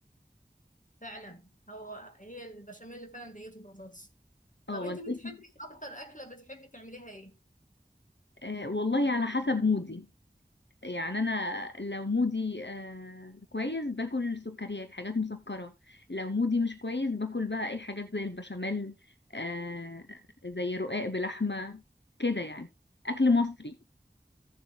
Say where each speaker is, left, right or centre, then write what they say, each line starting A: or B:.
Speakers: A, on the left; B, on the left.
A: فعلا هو هي البشاميل فعلا ديته بطاطس
B: اه
A: طب انت
B: والدتي
A: بتحبي اكتر اكله بتحبي تعمليها ايه
B: آه، والله على حسب مودي يعني انا لو مودي آه كويس باكل سكريات حاجات مسكرة لو مودي مش كويس باكل بقى اي حاجات زي البشاميل آه زي رقاق بلحمة كده يعني اكل مصري